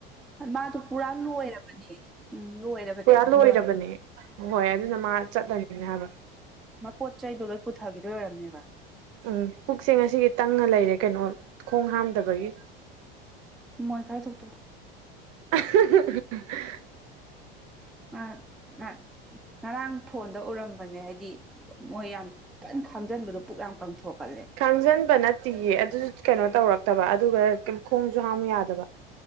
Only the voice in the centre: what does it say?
ꯃꯥꯗꯣ ꯄꯨꯔꯥ ꯂꯣꯏꯔꯥꯕꯅꯦ ꯎꯝ ꯂꯣꯏꯔꯥꯕꯅꯦꯕꯥ
ꯄꯨꯡꯂꯣꯏ
ꯃꯥ ꯄꯣꯠ ꯆꯩꯗꯣ ꯂꯣꯏ ꯄꯨꯊꯥꯒꯤꯗꯣꯏ ꯑꯣꯏꯔꯝꯅꯦꯕꯥ
ꯃꯣꯏ ꯈꯥꯔꯥ ꯊꯣꯛꯇꯣꯛꯑꯣ
<unintelligible> ꯉꯔꯥꯡ ꯐꯣꯟꯗꯥ ꯎꯔꯝꯕꯥꯅꯦ ꯍꯥꯏꯗꯤ ꯃꯣꯏ ꯌꯥꯝ ꯀꯟ ꯈꯥꯝꯖꯥꯟꯕꯗꯣ ꯄꯨꯛ ꯌꯥꯝ ꯀꯪꯊꯣꯛꯀꯜꯂꯦꯅꯥ